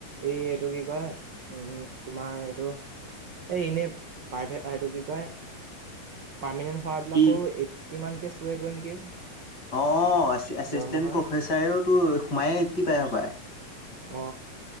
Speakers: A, on the right (about 60°); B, on the left (about 30°).
A: এই এইটো কি কয় উম তোমাৰ এইটো এই এনেই প্ৰাইভেট এইটো কি কয় পাৰ্মেনেন্ট হোৱাবিলাকৰো
B: কি
A: এইটটি মান কে চোৱেগৈ নেকি
B: অ এচিষ্টেণ্ট
A: দৰমহা
B: প্ৰফেচাৰেওতো সোমায় এইটটি পায় হপায়
A: অ